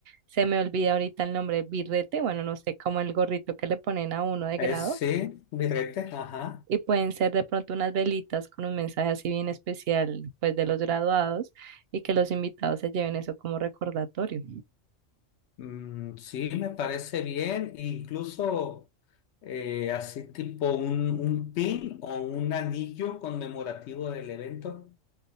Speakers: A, on the right (about 60°); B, on the left (about 65°).
A: se me olvida ahorita el nombre, birrete, bueno, no sé, como el gorrito que le ponen a uno de
B: Es,
A: grado.
B: sí, birrete, ajá.
A: y pueden ser de pronto unas velitas con un mensaje así bien especial, pues de los graduados y que los invitados se lleven eso como recordatorio.
B: Mm, sí, me parece bien, incluso eh, así tipo un, un pin o un anillo conmemorativo del evento